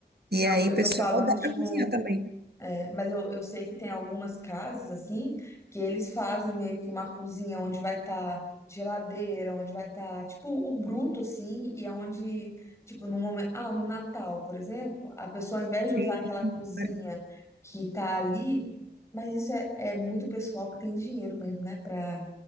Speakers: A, on the right; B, on the left.
A: E
B: Não,
A: aí,
B: eu
A: pessoal,
B: tô falando,
A: dá
B: tipo.
A: pra cozinhar também.
B: Mas eu, eu sei que tem algumas casas, assim, que eles fazem meio que uma cozinha onde vai estar geladeira, onde vai estar, tipo, o bruto, assim, e aonde, tipo, no momento. Ah, no Natal, por exemplo, a pessoa, ao invés
A: Sim,
B: de usar aquela cozinha
A: cara.
B: que tá ali, mas isso é, é muito pessoal que tem dinheiro mesmo, né, pra